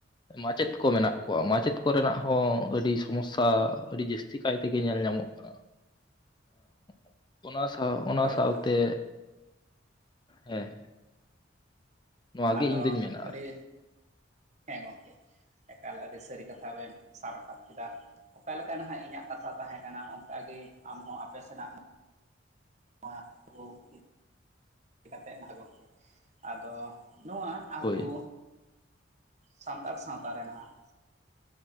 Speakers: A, on the left; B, on the right.
A: ᱢᱟᱪᱮᱫ ᱠᱚ ᱢᱮᱱᱟᱜ ᱠᱚᱣᱟ ᱢᱟᱪᱮᱫ ᱠᱚᱨᱮᱱᱟᱜ ᱦᱚᱸ ᱟᱹᱰᱤ ᱥᱚᱢᱚᱥᱥᱟ ᱟᱹᱰᱤ ᱡᱟᱹᱥᱛᱤ ᱠᱟᱭ ᱛᱮᱜᱮ ᱧᱮᱞ ᱧᱟᱢᱚᱜ ᱠᱟᱱᱟ ᱾ ᱚᱱᱟ ᱚᱱᱟ
B: ᱦᱳᱭ
A: ᱥᱟᱶᱛᱮ,
B: ᱜᱚᱢᱠᱮ
A: ᱦᱮᱸ ᱦᱮᱸ ᱱᱚᱣᱟ
B: ᱟᱫᱚ
A: ᱜᱮ ᱤᱧ ᱫᱩᱧ ᱢᱮᱱᱟ
B: ᱟᱹᱰᱤ
A: ᱟᱨᱠᱤ
B: ᱦᱮᱸ ᱜᱚᱢᱠᱮ ᱮᱠᱟᱞᱮ ᱟᱹᱰᱤ ᱥᱟᱹᱨᱤ ᱠᱟᱛᱷᱟ ᱵᱮᱱ ᱥᱟᱵ ᱨᱟᱠᱟᱵ ᱠᱮᱫᱟ ᱚᱠᱟ ᱞᱮᱠᱟ ᱱᱟᱦᱟᱜ ᱤᱧᱟᱹᱜ ᱠᱟᱛᱷᱟ ᱛᱟᱦᱮᱸ ᱠᱟᱱᱟ, ᱚᱱᱠᱟᱜ ᱜᱮ ᱟᱢᱦᱚᱸ ᱟᱯᱮ ᱥᱮᱱᱟᱜ ᱚᱸ <unintelligible> ᱠᱟᱛᱮ ᱜᱮ ᱟᱫᱚ ᱱᱚᱣᱟ ᱟᱵᱚ
A: ᱦᱳᱭ
B: ᱥᱟᱱᱛᱟᱲ ᱥᱟᱶᱛᱟ ᱨᱮᱱᱟᱜ,